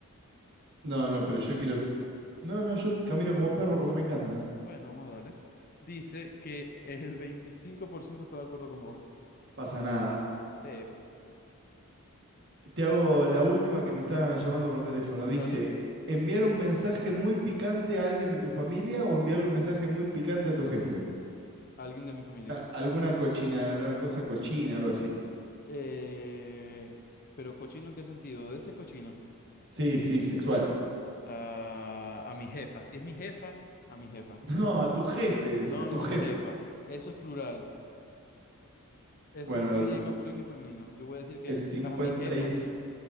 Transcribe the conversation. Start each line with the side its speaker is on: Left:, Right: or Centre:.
Right: No, no, pero yo quiero... s- No, no, yo t- camino como perro porque me encanta.
Left: Bueno, vamos a darle. Dice que el 25% está de acuerdo con vos.
Right: Pasa nada.
Left: Eh,
Right: Te hago la última que me están llamando por teléfono.
Left: dale,
Right: Dice, "E- ¿enviar un mensaje muy picante a alguien de tu familia o enviarle un mensaje muy picante a tu jefe? <laughs>
Left: alguien de mi familia.
Right: A- Alguna cochina, una cosa cochina, algo así.
Left: Eh, pero cochino, ¿en qué sentido? De ese cochino.
Right: Sí, sí, sexual.
Left: A, a mi jefa. Si es mi jefa, a mi jefa.
Right: No, a tu jefe, dice,
Left: No,
Right: a tu
Left: no,
Right: jefe.
Left: mi jefa. Eso es plural. Eso
Right: Bueno,
Left: incluye
Right: a tu-
Left: ahí masculino y femenino. Yo voy a decir que
Right: el
Left: sí,
Right: 50
Left: a mi jefa
Right: y
Left: sí.